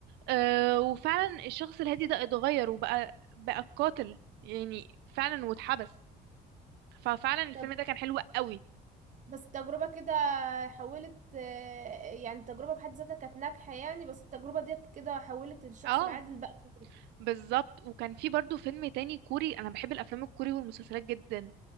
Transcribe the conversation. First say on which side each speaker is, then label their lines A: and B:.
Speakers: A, on the right; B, on the right.
A: آه وفعلا الشخص الهادي ده اتغير وبقى بقى قاتل يعني فعلا واتحبس ففعلا الفيلم
B: طب
A: ده كان حلو قوي
B: بس التجربة كده حولت آه، يعني التجربة بحد ذاتها كانت ناجحة يعني بس التجربة ديت كده حولت الشخص
A: اه
B: العادي لبقى خبرة.
A: بالظبط وكان في برضو فيلم تاني كوري انا بحب الافلام الكوري والمسلسلات جدا